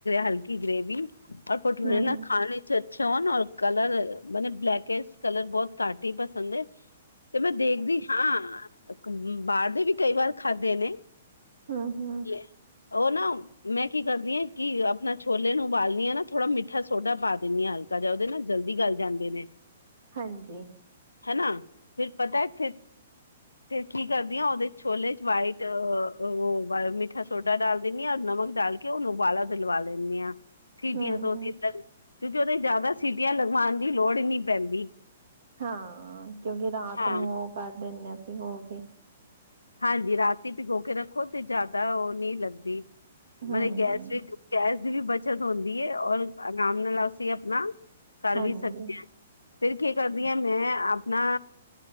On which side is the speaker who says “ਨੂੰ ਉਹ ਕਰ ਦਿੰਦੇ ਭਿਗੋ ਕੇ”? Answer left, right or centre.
Right